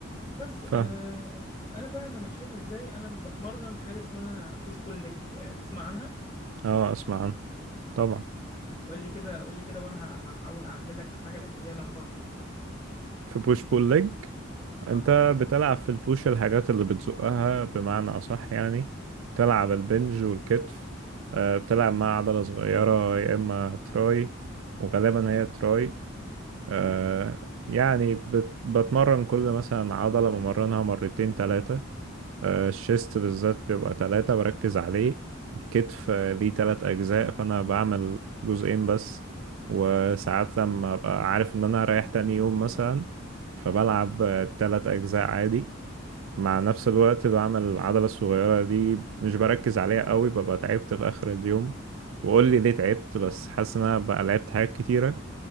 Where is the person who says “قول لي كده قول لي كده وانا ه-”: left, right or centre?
Left